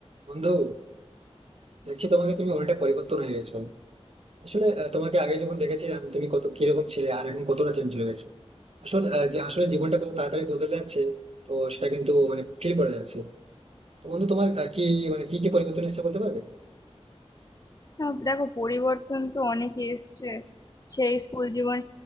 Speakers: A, on the right; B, on the left.
A: বন্ধু দেখছি তোমাকে তুমি অনেকটা পরিবর্তন হয়ে গেছো আসলে আহ, তোমাকে আগে যখন দেখেছিলাম তুমি কত কিরকম ছিলে আর এখন কতটা চেঞ্জ হয়ে গেছো আসলে আহ, যে আসলে জীবনটা কত তাড়াতাড়ি বদলে যাচ্ছে তো সেটা কিন্তু মানে ফিল করা যাচ্ছে তো বন্ধু তোমার আহ, কি মানে কি কি পরিবর্তন এসেছে বলতে পারবে
B: না, দেখো পরিবর্তন তো অনেকই এসছে সেই স্কুল জীবন